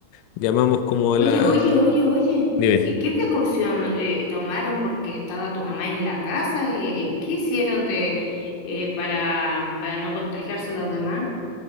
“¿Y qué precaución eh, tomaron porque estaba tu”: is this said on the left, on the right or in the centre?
Left